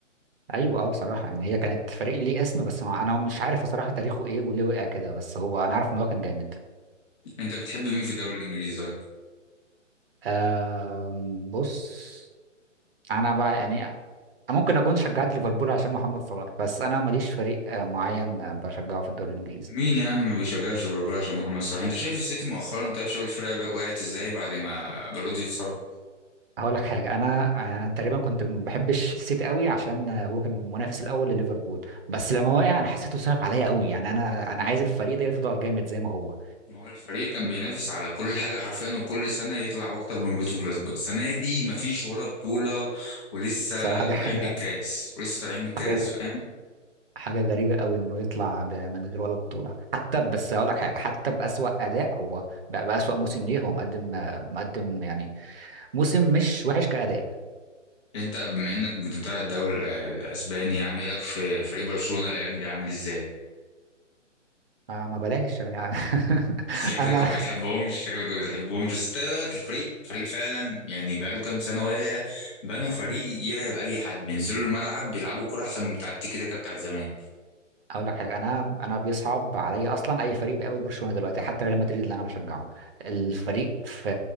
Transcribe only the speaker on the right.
ايوه اه بصراحه يعني هي كانت فريق ليه اسم بس ما انا مش عارف بصراحه تاريخه ايه وليه وقع كده بس هو انا عارف ان هو كان جامد
آم بص انا بقى يعني ممكن اكون شجعت ليفربول عشان محمد صلاح بس انا ماليش فريق آه، معين آه، بشجعه في الدوري الانجليزي
هقول لك حاجه انا انا تقريبا كنت ما بحبش السيتي قوي عشان هو كان المنافس الاول لليفربول بس لما وقع انا حسيته صعب عليا قوي يعني انا انا عايز الفريق ده يفضل جامد زي ما هو
بصراحه
دي حاجه
حاجه غ-
حاجه غريبه قوي انه يطلع ب- من غير ولا بطوله حتى بس هقول لك حاجه حتى باسوا اداء هو بقى باسوا موسم ليه هو مقدم مقدم يعني موسم مش وحش كاداء
ما ما بلاش يعني <laughs>
انا
اقول لك حاجه انا انا بيصعب عليا اصلا اي فريق بيقابل برشلونه دلوقتي حتى ريال مدريد اللي انا بشجعه الفريق في